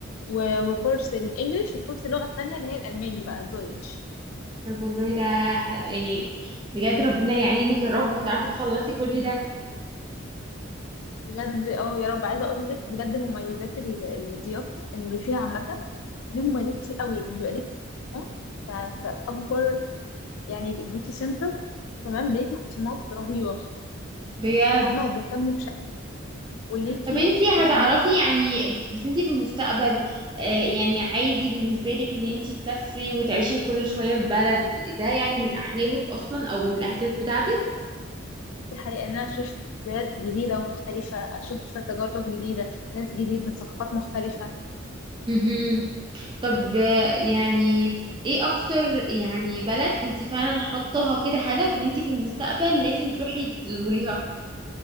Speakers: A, on the left; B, on the right.
A: و- وكورس الانجليش وكورس اللغه التانيه اللي هي الالماني بقى الدويتش
B: طب والله ده ه- يعني بجد ربنا يعينك يا رب وتعرفي تخلصي كل ده
A: بجد اه يا رب عايزه اقول لك بجد مميزات ال- الضيافه المضيفين عامه ليه مميزات كتير قوي بيبقى ليك خصومات ف- فاكبر يعني بيوتي سنتر كمان بيجي خصومات رهيبه
B: امم
A: فاهمه وبيهتموا بشكل وليكي
B: طب انتي
A: خصومات
B: هتعرفي يعني بس انتي في المستقبل آه يعني عادي بالنسبة لك ان انتي تسافري وتعيشي كل شوية في بلد ده يعني من احلامك اصلا او من الاهداف بتاعتك
A: ايوه دي حقيقة إن أنا أشوف بلاد جديدة ومختلفة أشوف تجارب جديدة ناس جديدة ثقافات مختلفة
B: مهم. طب آه، يعني ايه اكتر يعني بلد انتي فعلا حطاها كده هدف ان انتي في المستقبل لازم تروحي تزوريها